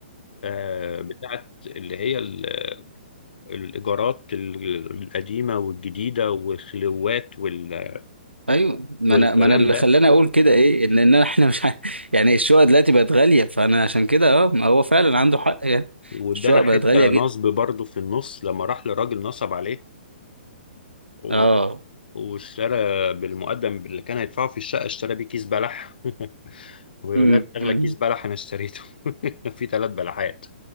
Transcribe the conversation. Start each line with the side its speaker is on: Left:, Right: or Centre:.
Left: آه بتاعت اللي هي ال- الايجارات ال- القديمه والجديده والخلوات وال-
Right: ايوه ما
Left: والكلام
Right: انا ما انا اللي
Left: ده
Right: خلاني اقول كده ايه ان ان <laughs> احنا مش ع- <laughs> يعني الشقق دلوقتي بقت غاليه فانا عشان كده اه ما هو فعلا عنده حق يعني
Left: وادانا
Right: الشقق
Left: حته
Right: بقت غاليه جدا
Left: نصب برضه في النص لما راح لراجل نصب عليه و-
Right: اه
Left: واشترى بالمقدم اللي كان هيدفعه في الشقة اشترى بيه كيس بلح <laughs> ويقول
Right: أمم.
Left: لها ده أغلى كيس بلح أنا اشتريته <laughs> في ثلاث بلحات